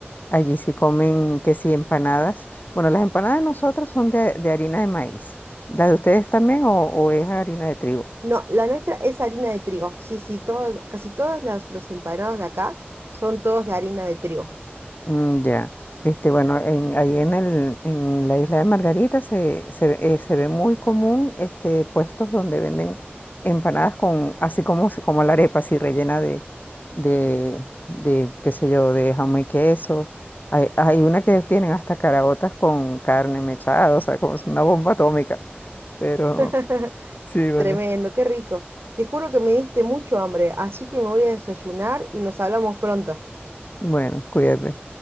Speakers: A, on the left; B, on the right.
A: allí sí comen que sí empanadas. Bueno, las empanadas de nosotros son de, de harina de maíz. ¿La de ustedes también o, o es harina de trigo?
B: No, la nuestra es harina de trigo. Sí, sí, todo, casi todos las- los empanados de acá son todos de harina de trigo.
A: Mm, Ya, este, bueno, en, ahí en el, en la isla de Margarita se, se, ve eh, se ve muy común este, puestos donde venden empanadas con, así como, se- como la arepa, así rellena de, de, de, qué sé yo, de jamón y queso. Hay, hay una que tienen hasta caraotas con carne mechada, o sea, como es una bomba atómica. Pero
B: <laughs>
A: sí, vale.
B: Tremendo, qué rico. Te juro que me diste mucho hambre, así que me voy a desayunar y nos hablamos pronto.
A: Bueno, cuídate.